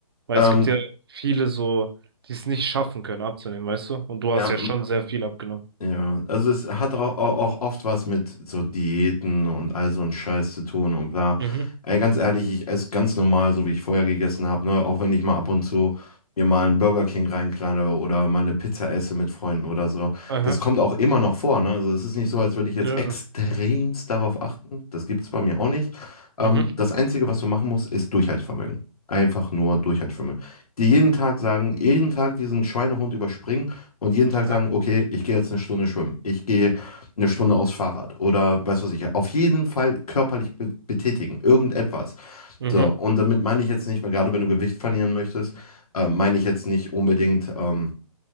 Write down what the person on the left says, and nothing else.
Ähm,
ja,
Ja, also es hat auch, auch, auch oft was mit so Diäten und all so ein Scheiß zu tun und bla.
Ey, ganz ehrlich, ich esse ganz normal, so wie ich vorher gegessen habe, ne? Auch wenn ich mal ab und zu mir mal einen Burger King reinklalle oder mal eine Pizza esse mit Freunden oder so.
Das kommt auch immer noch vor, ne? Also es ist nicht so, als würde ich jetzt
extremst darauf achten. Das gibt's bei mir auch nicht. Ähm,
das Einzige, was du machen musst, ist Durchhaltevermögen. Einfach nur Durchhaltevermögen. Dir jeden Tag sagen, jeden Tag diesen Schweinehund überspringen und jeden Tag
sagen, okay, ich gehe jetzt eine Stunde schwimmen, ich gehe eine Stunde aufs Fahrrad oder weiß was ich, auf jeden Fall körperlich be betätigen, irgendetwas.
So, und damit meine ich jetzt nicht, weil gerade wenn du Gewicht verlieren möchtest, äh, meine ich jetzt nicht unbedingt, ähm,